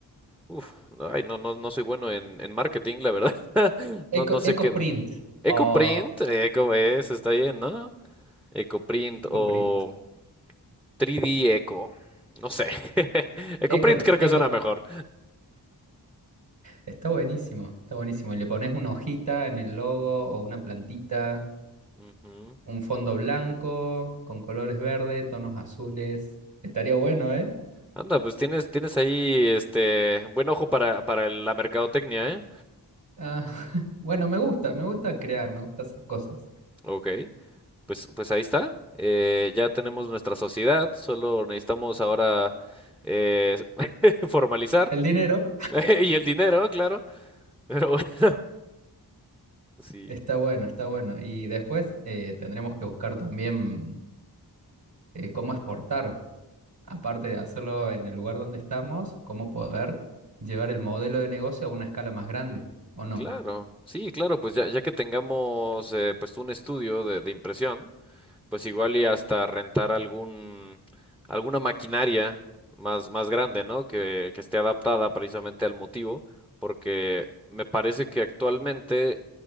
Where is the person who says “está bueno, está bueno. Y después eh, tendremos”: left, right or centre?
Right